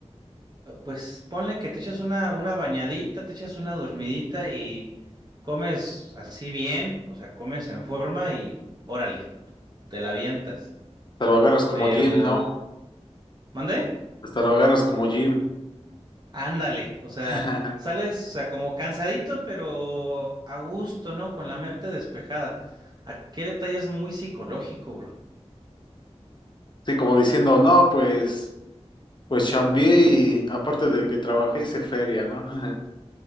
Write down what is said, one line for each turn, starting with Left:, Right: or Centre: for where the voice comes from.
Right: eh, Pues ponle que te echas una, una bañadita, te echas una dormidita y comes así bien, o sea, comes en forma y órale, te la avientas.
Left: Te lo agarras como
Right: Pero,
Left: gym, ¿no?
Right: ¿mandé?
Left: Pues te lo agarras como gym.
Right: Ándale, o sea,
Left: <laughs>
Right: sales, o sea, como cansadito, pero a gusto, ¿no? Con la mente despejada. Aquí el detalle es muy psicológico, bro.
Left: Sí, como diciendo, no, pues, pues chambié y aparte de que trabajé hice feria, ¿no? <laughs>